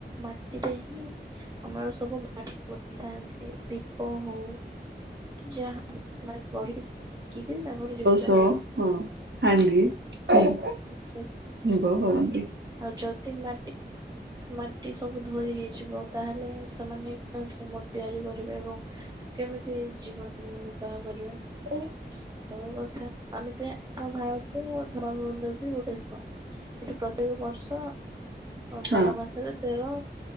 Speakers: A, on the right (about 20°); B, on the right (about 75°).
A: ମାଟିରେ ହିଁ ଆମର ସବୁ <unintelligible> ଦୀପ ହଉ କି ଯାହା ବି ସେମାନେ <unintelligible> କି କି ତାଙ୍କର ଯି
B: ହଁ ହଁ ହାଣ୍ଡି ନିର୍ଭର
A: ଯଦି
B: କରନ୍ତି।
A: ଆଉ ଯଦି ମାଟି ମାଟି ସବୁ ଧୋଇ ହେଇ ଯିବ ତାହେଲେ ସେମାନେ କେମିତି କଣ ତିଆରି କରିବେ ଏବଂ <inaudible> କେମିତି ଜୀବନ କ କରିବା
B: ଉଁ।
A: ଏଇଟା ଗୋଟେ କଥା ଆମେତ ଆମ ଭାରତ ମୋ ଧବ ଗୋଟ ଦେଶ ଏଠି ପ୍ରତ୍ୟେକ ବର୍ଷ
B: ଓ
A: ବାର ମାସରେ ତେର